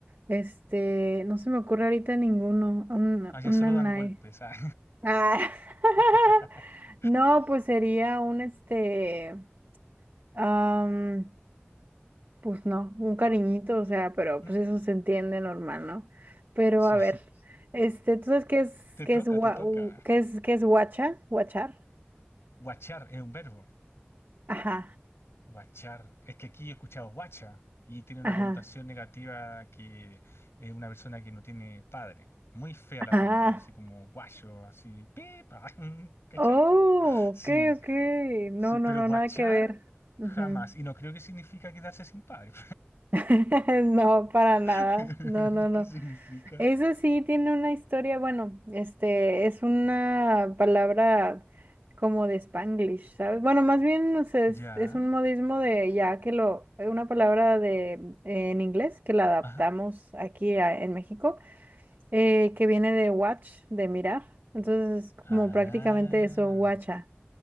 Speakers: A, on the right (about 50°); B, on the left (about 75°).
A: este, no se me ocurre ahorita ninguno, un,
B: Allá
A: un
B: solo
A: nanay.
B: dan golpes. ah.
A: Ah, <laughs>
B: <laughs>
A: No, pues sería un este, am, pues no, un cariñito, o sea, pero
B: Mm,
A: pues eso se entiende normal, ¿no? Pero
B: sí.
A: a ver, este, ¿tú sabes qué es,
B: Te
A: qué
B: toca,
A: es, gua-
B: te toca.
A: u- qué es, qué es guacha? ¿Guachar?
B: Guachar es un verbo.
A: Ajá,
B: Guachar. Es que aquí he escuchado guacha y tiene una
A: ajá,
B: connotación negativa que es una persona que no tiene padre. Muy fea la
A: ajá.
B: palabra, así como guacho, así pip, <laughs> ¿cachai?
A: Oh,
B: Sí,
A: ok, ok. No,
B: sí, pero
A: no, no,
B: guachar
A: nada que ver. Ujú.
B: jamás. Y no creo que significa quedarse sin padre.
A: <laughs> No, para nada.
B: <laughs>
A: No, no, no.
B: ¿Qué significa?
A: Eso sí tiene una historia, bueno, este es una palabra como de Spanglish, ¿sabes? Bueno, más bien o sea,
B: Ya.
A: es, es un modismo de ya que lo, eh, una palabra de eh, en inglés que la adaptamos
B: Ajá.
A: aquí a- en México, eh, que viene de watch, de mirar. Entonces es
B: Ah,
A: como prácticamente eso, guacha.